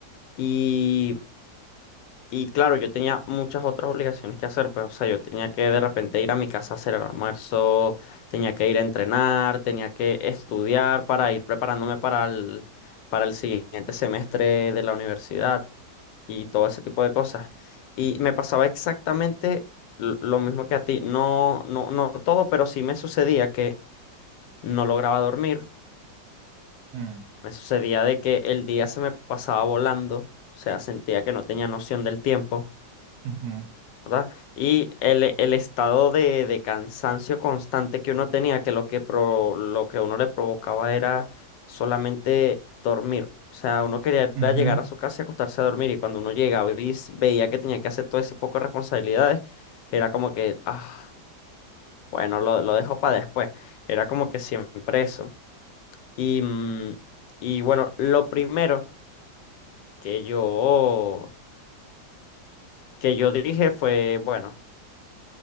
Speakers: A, on the left; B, on the right.
A: Y y claro, yo tenía muchas otras obligaciones que hacer, pues, o sea, yo tenía que de repente ir a mi casa a hacer el almuerzo, tenía que ir a entrenar, tenía que estudiar para ir preparándome para el, para el siguiente semestre de la universidad y todo ese tipo de cosas. Y me pasaba exactamente l- lo mismo que a ti, no, no, no todo, pero sí me sucedía que no lograba dormir,
B: Mm,
A: me sucedía de que el día se me pasaba volando, o sea, sentía que no tenía noción del tiempo.
B: ujú,
A: ¿verdad? Y el, el estado de, de cansancio constante que uno tenía, que lo que, pro- lo que uno le provocaba era solamente dormir. O sea, uno quería
B: ujú.
A: era llegar a su casa y acostarse a dormir, y cuando uno llegaba y s- veía que tenía que hacer todo ese poco de responsabilidades, era como que, ah, bueno, lo, lo dejo para después. Era como que siempre eso. Y, mm, y bueno, lo primero que yo, que yo dije fue, bueno.